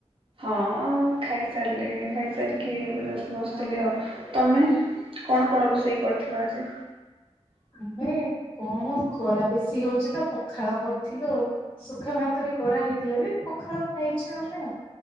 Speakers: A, on the right; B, on the left.
A: ହଁ ଖାଇସାରିଲିଣି ଖାଇସାରିକି ଏବେ ଜଷ୍ଟ ବସିଥିଲି ଆଉ ତମେ। କଣ କଣ ରୋଷେଇ କରିଥିଲ ଆଜି।
B: ଆମେ କଣ ଖରା ବେଶୀ ହଉଚି ତ ପଖାଳ କରିଥିଲୁ ଶୁଖା ଭାତ କରାହେଇଥିଲା ଯେ ପଖାଳ ଖାଇଛ ଆମେ